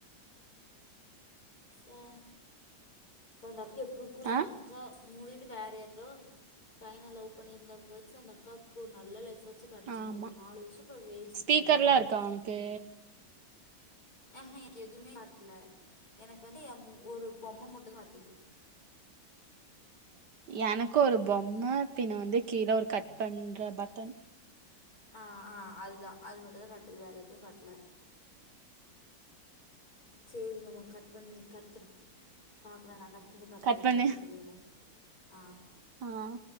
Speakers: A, on the left; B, on the right.
A: ச்சை அப்போ <unintelligible> <unintelligible> அந்த
B: ஆ
A: அக்கா மூடிட்டு வேறு யாரோ பைய்ன லவ் பண்ணியிருந்தா வாச்சு அந்த அக்காவுக்கு ஒரு நல்ல லைஃப் வ ச்சு கெடைச்சிருந்திருக்கும்
B: ஆமா
A: நாலு வருஷோ இப்ப வேஸ்ட்டுல்ல
B: ஸ்பீக்கர்லா இருக்கா
A: டைமு
B: உனக்கு
A: ஆ ஹா ம எனக்கு எதுவுமே காட்ல எனக்கு வந்து என் ஒரு பொம்ம மட்டும் காட்டுது
B: எனக்கு ஒரு பொம்ம பின்ன வந்து கீழே ஒரு கட் பண்ற பட்டன்
A: ஆஹ் ஆஹ் அதுதா அது மட்டுதா காட்டுது வேற எதுவு காட்ல சேரி நம்ம கட் பண்ணி கட் பண்ணு பாக்குறேன் நா கட் கட் பண்ணி பாக்குற
B: கட்
A: என்ன
B: பண்ணு
A: நடக்குதுன்னு ஆஹ்
B: ஆஹ்